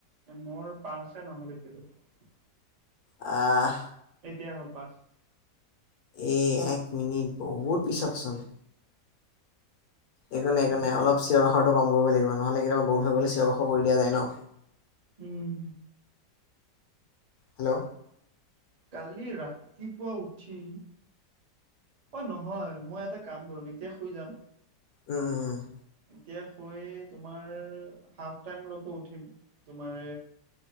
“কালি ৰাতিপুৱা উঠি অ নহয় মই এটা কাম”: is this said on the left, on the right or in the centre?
Right